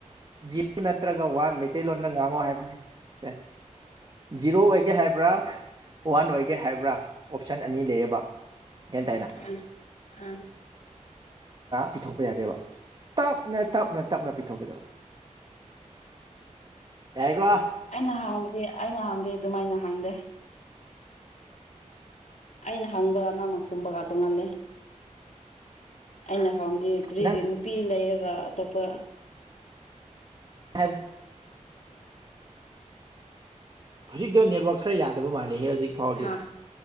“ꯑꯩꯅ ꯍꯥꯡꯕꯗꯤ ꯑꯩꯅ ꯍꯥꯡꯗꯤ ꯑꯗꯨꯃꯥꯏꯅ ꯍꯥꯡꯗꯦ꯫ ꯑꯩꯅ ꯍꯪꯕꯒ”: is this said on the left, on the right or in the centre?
Left